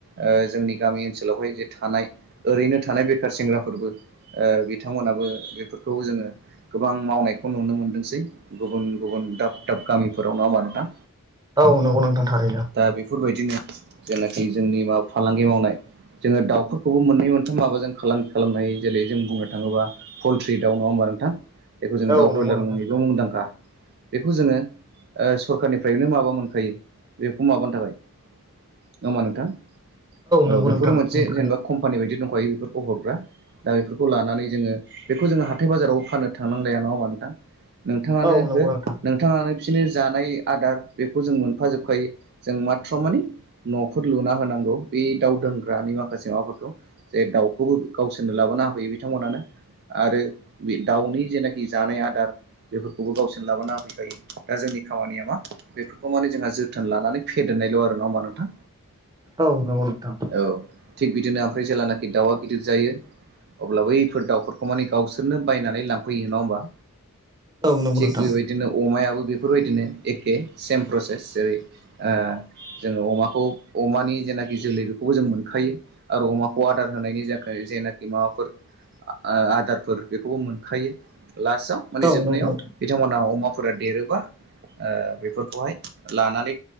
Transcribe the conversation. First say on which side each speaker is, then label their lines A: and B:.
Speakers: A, on the right; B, on the right.
A: ओ जोंनि गामि ओनसोलावहाय जे थानाय ओरैनो थानाय बेखार सेंग्राफोरबो ओ बिथांमोनाबो बेफोरखौ जोंङो गोबां मावनायखौ नुनो मोनदोंसै, गुबुन गुबुन दाब दाब गामिफोराव नङाहोम्बा नोंथां।
B: औ नंगौ नोंथां थारैनो।
A: दा बेफोरबायदिनो जेनाखि जोंनि माब फालांगि मावनाय जोंङो दावफोरखौबो मोननै मोनथाम माबाजों फखलांगि खालामनो हायो जेरै जों बुंनो थांङोब्ला फलथ्रि दाव नंङा होमबा। नोंथां बेखौ जों
B: औ
A: दाउ
B: नंगौ
A: ब्रयलार
B: नोंथां
A: मुंयैबो
B: थारैनो
A: मुंदांखा बे जोंङो ओ सरखारनिफ्रायनो माबा मोनखायो बेखौ माबानो थाखाय, नंङा ओमबा नोंथां औ
B: नंगौ
A: बेफोर
B: नोंथां
A: मोनसे
B: मोनखायो
A: जेनबा कमफानि बायदि दंखायो बिफोरखौ हरग्रा। दा बेफोरखौ लानानै जोंङो बेखौ जोंङो हाथाय बाजाराव फानोनो थांनांलाया नंङा होनबा नोंथां? नोंथाङानो
B: औ नंगौ
A: हो
B: नोंथां
A: नोंथाङानो बिसिनि जानाय आदार बेखौ जों मोनफा जोबखायो जों मात्र माने न'फोर लुना होनांगौ। बे दाउ दोनग्रानि माखासे माबाफोरखौ जे दाउखौबो गावसोरनो लाबोना बे बिथांमोन आरो दाउनि जेनाखि जानाय आदार बेफोरखौबो गाव लाबा फैखायो दा जोंनि खामानिया मा बेफोरखौ माने जोंहा जोथोन लानानै फेदेरनायल' आरो नङा होमा नोंथां।
B: औ नंगौ नोंथां
A: औ थिग बिदिनो ओमफ्राय जेेलानाखि दाउआ गिदिर जा अब्लाबो बैफोर दाउफोरखौ माने गावसोरनो बायनानै लांफैयो नङा होमबा।
B: औ नंगौ
A: थिग
B: नोंथां
A: बेबायदिनो अमायाबो बेफोरबायदिनो। एखे सेम प्रसेस जेरै ओ जोङो अमाखौ अमानि जेनाखि जोलै बेखौ जों मोनखायो आरो अमाखौ आदार होनायनि थाखाय जेनाखि माबाफोर ओ आदारफोर बेखौबो मोनखायो। लासाव माने
B: औ
A: जोबनायाव
B: नंगौ नोंथां
A: बिथांमोना अमाफोरा देरोबा ओ बेफोरखौहाय ला लानानै